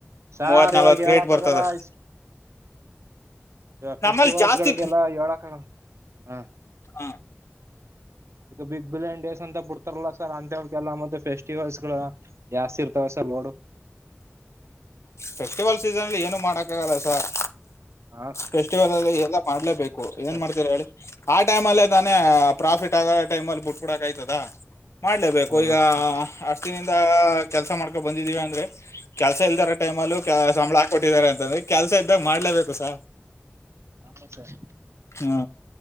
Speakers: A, on the right (about 80°); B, on the left (about 80°).
A: ಸಾರ್
B: ಮೂವತ್ ನಲ್ವತ್
A: ಇವಾಗ
B: ಕ್ರೇಟ್
A: ಹೇಳಾಕ್
B: ಬರ್ತದ
A: ಆಗಲ್ಲ
B: ಅಷ್ಟೇ
A: ಹ ಫೆಸ್ಟಿವಲ್ಸ್ಗಳಿಗೆಲ್ಲ
B: ನಮ್ಮಲ್ಲಿ ಜಾಸ್ತಿ
A: ಹೇಳಕ ಆಗಲ್ಲ ಹ
B: ಹಾ
A: ಈಗ ಬಿಗ್ ಬ್ರಾಂಡ್ ಡೇಸ್ ಅಂತ ಕೋಡ್ತಾರಲ ಸರ್ ಅಂತವಕಲ್ಲ ಮತ್ತೆ ಫೆಸ್ಟಿವಲ್ಸ್ ಗಳು ಜಾಸ್ತಿ ಇರ್ತಾವ ಸರ್ ನೋಡು
B: ಫೆಸ್ಟಿವಲ್ಸ್ ಇದ್ದಾಗ ಏನು ಮಾಡಕಗಲ್ಲ ಸರ್
A: ಹಾ
B: ಫೆಸ್ಟಿವಲ್ ಅ ಎ ಎಲ್ಲ ಮಾಡ್ಲೇಬೇಕು ಏನ್
A: ಸರ್
B: ಮಾಡ್ತೀರ ಹೇಳಿ ಆ ಟೈಮ್ ಅಲ್ಲೇ ತಾನೇ ಪ್ರಾಫಿಟ್ ಆ ಟೈಮ ಅಲ್ಲಿ ಬುಟ್ಬ ಬಿಡಕ ಆಯ್ತದ ಮಾಡ್ಲೇಬೇಕು
A: ಹಾ
B: ಈಗ ಅಷ್ಟಿನಿಂದ ಕೆಲಸ ಮಾಡ್ಕೊಂಡ ಬಂದಿದೀವಿ ಅಂದ್ರೆ ಕೆಲ್ಸ ಇಲ್ದಾರ ಟೈಮ ಅಲ್ಲೂ ಕೆ ಸಂಬಳ ಹಾಕ್ಕೊಟ್ಟಿದ್ದಾರೆ ಅಂತಂದ್ರೆ ಕೆಲ್ಸ ಇದ್ದ ಮಾಡ್ಲೇಬೇಕು ಸರ್
A: ಹ ಸರ್
B: ಹಾ